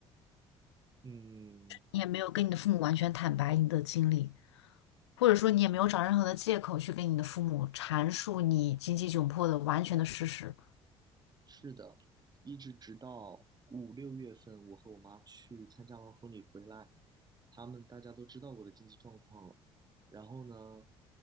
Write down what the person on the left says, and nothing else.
你也没有跟你的父母完全坦白你的经历，或者说你也没有找任何的借口去跟你的父母阐述你经济窘迫的完全的事实。